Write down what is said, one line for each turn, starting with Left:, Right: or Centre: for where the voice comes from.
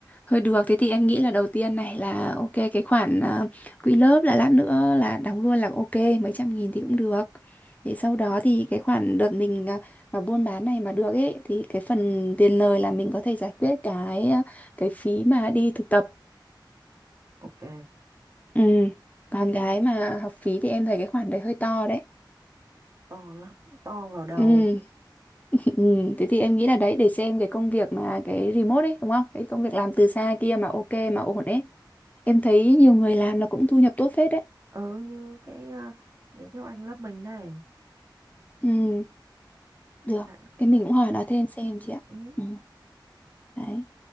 Left: thôi được thế thì em nghĩ là đầu tiên này là ok cái khoản à, quỹ lớp là lát nữa là đóng luôn là ok mấy trăm nghìn thì cũng được để sau đó thì cái khoản đợt mình à, mà buôn bán này mà được ấy thì cái phần tiền lời là mình có thể giải quyết cái à, cái phí mà đi thực tập
Right: ok
Left: ừ. còn cái mà học phí thì em thấy cái khoản đấy hơi to đấy
Right: to lắm to vào đầu
Left: ừ
Right: ấy.
Left: Ừ, thế thì em nghĩ là đấy để xem cái công việc mà cái remote ấy đúng không? Cái công việc làm từ xa kia mà ok mà ổn ấy. Em thấy nhiều người làm là cũng thu nhập tốt phết đấy.
Right: ừ như cái à, những cái oanh lớp mình này
Left: Ừ, được.
Right: bạn cũng
Left: Thế mình
Right: thấy
Left: cũng
Right: ok
Left: hỏi nó thêm
Right: đấy
Left: xem chị ạ.
Right: ừ.
Left: Ừ, đấy.